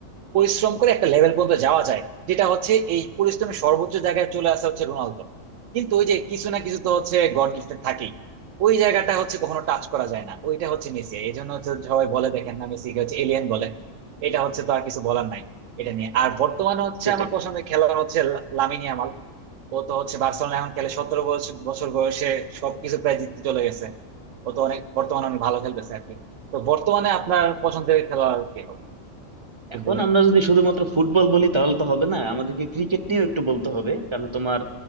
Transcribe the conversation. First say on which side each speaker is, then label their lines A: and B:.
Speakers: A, on the right (about 75°); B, on the right (about 30°).
A: পরিশ্রম করে একটা লেভেল পর্যন্ত যাওয়া যায় যেটা হচ্ছে এই পরিশ্রমের সর্বোচ্চ জায়গায় চলে আসা হচ্ছে রোনালদো কিন্তু ওই যে কিছু না কিছু তো হচ্ছে গড গিফটেড থাকেই ওই জায়গাটা হচ্ছে কখনো টাচ করা যায় না ওইটা হচ্ছে মেসি এই জন্য হচ্ছে সবাই বলে দেখেন না মেসিকে হচ্ছে এলিয়েন বলে এটা হচ্ছে তো আর কিছু বলার নাই এটা নিয়ে আর বর্তমানে হচ্ছে
B: সেটাই
A: আমার পছন্দের খেলোয়াড় হচ্ছে লা- লামিনে ইয়ামাল ও তো হচ্ছে বার্সেলোনা এখন খেলে সতেরো বছর বছর বয়সে সবকিছু প্রায় জিততে চলে গেছে ও তো অনেক বর্তমানে অনেক ভালো খেলতেছে আর কি তো বর্তমানে আপনার পছন্দের খেলোয়াড় কে হবে ফুটবলে
B: এখন আমরা যদি শুধুমাত্র ফুটবল বলি তাহলে তো হবে না আমাদেরকে ক্রিকেট নিয়েও একটু বলতে হবে কারণ তোমার